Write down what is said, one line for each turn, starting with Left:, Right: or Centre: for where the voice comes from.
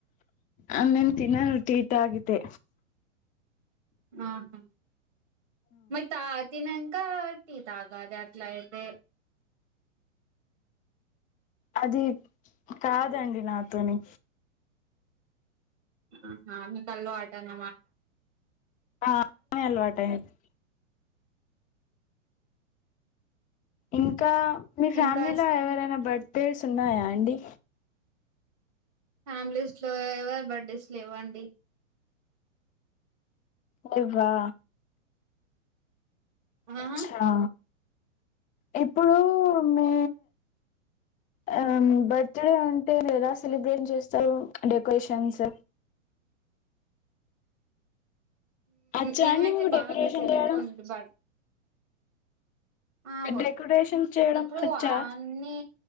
Left: ఆ నేన్ తినను టీ తాగితే
Right: ఆహా మరి తాతినంక తాగాలి అట్లయితే
Left: అది కాదండి నాతోని
Right: ఆహ అంత అలవాటు అన
Left: ఆ అట్లని అలవాట అయింది ఇంకా మీ ఫ్యామిలీలో
Right: ఇంకా
Left: ఎవరైనా బర్త్డేస్ ఉన్నాయా అండి
Right: ఫ్యామిలీస్ లో ఎవరు బర్డేస్లు ఇవ్వండి
Left: లెవ్వా
Right: ఆహా
Left: అచ్చా ఇప్పుడు మీ అ బర్త్ డే అంటే ఎదా సెలబ్రేట్ చేస్తారు డెకరేషన్స్ అచ్చా
Right: మేమైతే
Left: అండి మీకు డెకరేషన్
Right: బాగా జరుపుకోండి
Left: చేయడం
Right: బ అవదు
Left: డెకరేషన్ చేయడం
Right: ఇప్పుడు
Left: వచ్చా
Right: అన్నీ